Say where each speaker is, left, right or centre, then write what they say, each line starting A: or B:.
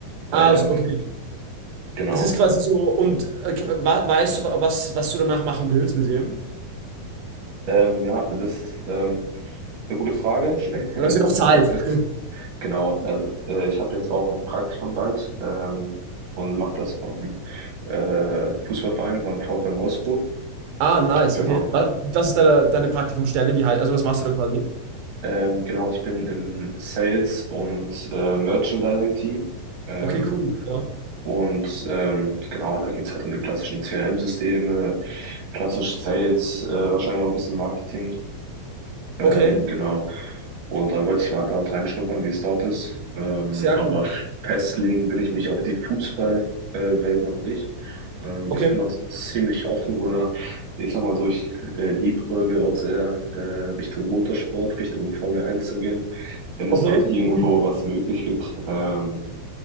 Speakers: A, on the right; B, on the right.
A: Ähm,
B: Ah, ist- okay.
A: genau.
B: Das ist quasi so, und äh, wa- weißt du, wa- was, was du danach machen willst mit dem?
A: Ähm, ja, das ist ähm, eine gute Frage. <laughs>
B: Dann
A: Ähm,
B: hast du noch Zeit.
A: ich habe jetzt,
B: <laughs>
A: genau, also äh, ich habe jetzt auch ein Praktikum bald ähm, und mache das beim äh, Fußballverein, beim VfL Wolfsburg.
B: Ah, nice,
A: Genau.
B: okay. Wa- Was ist deine, deine Praktikumsstelle? Wie, hei- also, was machst du da quasi?
A: Ähm, genau, ich bin im Sales- und äh, Merchandising-Team. Ähm,
B: Okay, cool, ja.
A: und ähm, genau, da geht's halt um die klassischen CRM-Systeme, klassisch Sales, äh, wahrscheinlich auch ein bisschen Marketing. Ähm,
B: Okay,
A: genau. Und dann wollte ich mal dort reinschnuppern, wie es dort ist. Ähm,
B: sehr
A: aber
B: cool.
A: festlegen will ich mich auf die Fußballwelt noch nicht. Ähm,
B: Okay,
A: ich bin auch ziemlich offen oder ich sag mal so, ich äh, liebäugle auch sehr äh, Richtung Motorsport, Richtung Formel eins zu gehen, wenn es
B: okay,
A: dort irgendwo
B: cool.
A: was möglich gibt. Ähm,